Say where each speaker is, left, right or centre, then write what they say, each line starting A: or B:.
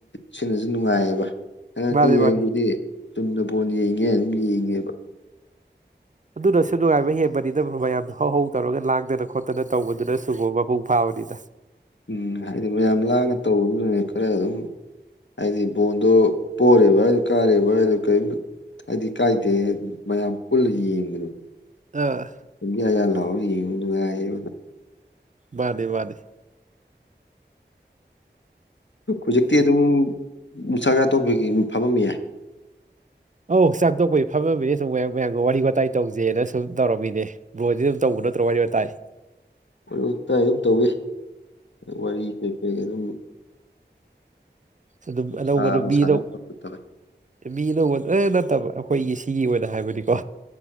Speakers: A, on the left; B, on the right.
A: ꯁꯤꯅꯁꯨ ꯅꯨꯡꯉꯥꯏꯌꯦꯕ ꯍꯟꯗꯛꯀꯤ
B: ꯃꯥꯅꯤ
A: ꯌꯦꯡꯕꯗꯤ
B: ꯃꯥꯅꯤ
A: ꯆꯨꯝꯅ ꯕꯣꯟ ꯌꯦꯡꯉꯦ ꯑꯗꯨꯝ ꯌꯦꯡꯉꯦꯕ
B: ꯑꯗꯨꯅꯁꯨ ꯅꯨꯡꯉꯥꯏꯕ ꯍꯦꯟꯕꯅꯤꯗ ꯕꯔꯣ ꯃꯌꯥꯝꯅ ꯍꯧꯍꯧ ꯇꯧꯔꯒ ꯂꯥꯡꯗꯅ ꯈꯣꯠꯇꯅ ꯇꯧꯕꯗꯨꯅꯁꯨꯀꯣ ꯃꯄꯨꯡ ꯐꯥꯕꯅꯤꯗ
A: ꯎꯝ ꯍꯥꯏꯗꯤ ꯃꯌꯥꯝ ꯂꯥꯡꯉ ꯇꯧꯕꯗꯨꯗꯨꯅꯦ ꯈꯔ ꯑꯗꯨꯝ ꯍꯥꯏꯗꯤ ꯕꯣꯟꯗꯣ ꯄꯣꯔꯦꯕ ꯀꯥꯔꯦꯕ ꯍꯥꯏꯗꯨ ꯀꯔꯤꯝ ꯍꯥꯏꯗꯤ ꯀꯥꯏꯗꯦ ꯃꯌꯥꯝ ꯄꯨꯜꯂ ꯌꯦꯡꯕꯗꯣ
B: ꯑꯥ
A: ꯌꯥꯌꯥ ꯂꯥꯎꯔ ꯌꯦꯡꯕ ꯅꯨꯡꯉꯥꯏꯌꯦꯕꯗꯨꯝ
B: ꯋꯥꯗꯦ ꯋꯥꯗꯦ
A: ꯍꯧꯖꯤꯛꯇꯤ ꯑꯗꯨꯝ ꯆꯥꯛꯆꯥ ꯇꫭꯛꯄꯒꯤ ꯐꯝꯃꯃꯤꯌꯦ꯫
B: ꯑꯧ ꯆꯥꯛ ꯇꯣꯛꯄ ꯐꯝꯃꯃꯤꯅꯤ ꯁꯨꯝ ꯃꯌꯥꯝꯒ ꯋꯥꯔꯤ ꯋꯥꯇꯥꯏ ꯇꯧꯖꯦꯅ ꯁꯨꯝ ꯇꯧꯔꯝꯃꯤꯅꯦ ꯕ꯭ꯔꯣꯗꯤ ꯑꯗꯨꯝ ꯇꯧꯕ ꯅꯠꯇ꯭ꯔꯣ ꯋꯥꯔꯤ ꯋꯥꯇꯥꯏ
A: ꯋꯥꯔꯤ ꯋꯥꯇꯥꯏ ꯑꯗꯨꯝ ꯇꯧꯋꯤ ꯋꯥꯔꯤ ꯀꯩꯀꯩ ꯑꯗꯨꯝ
B: ꯑꯗꯨꯝ ꯑꯅꯧꯕ
A: ꯁꯥꯕ
B: ꯅꯨꯄꯤꯗꯣ
A: ꯁꯥꯟꯅꯕ ꯈꯣꯠꯄ ꯇꯧꯋꯤ
B: ꯃꯤ ꯑꯅꯧꯕ ꯑ ꯅꯠꯇꯕ ꯑꯩꯈꯣꯏꯒꯤ ꯁꯤꯒꯤ ꯑꯣꯏꯅ ꯍꯥꯏꯕꯅꯤꯀꯣ